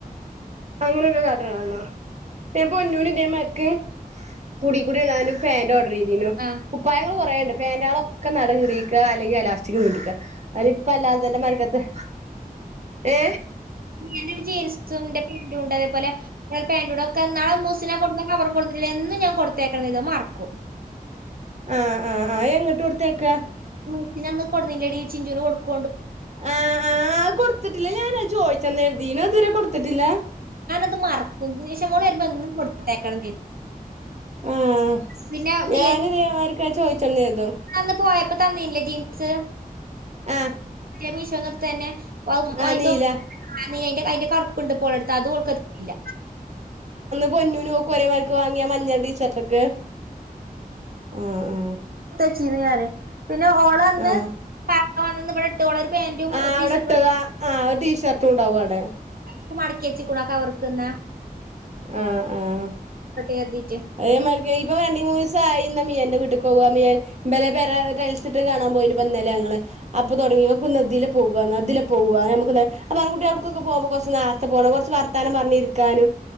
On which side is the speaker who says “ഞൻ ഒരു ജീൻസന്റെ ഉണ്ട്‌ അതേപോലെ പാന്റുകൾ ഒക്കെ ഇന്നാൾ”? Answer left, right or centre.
Right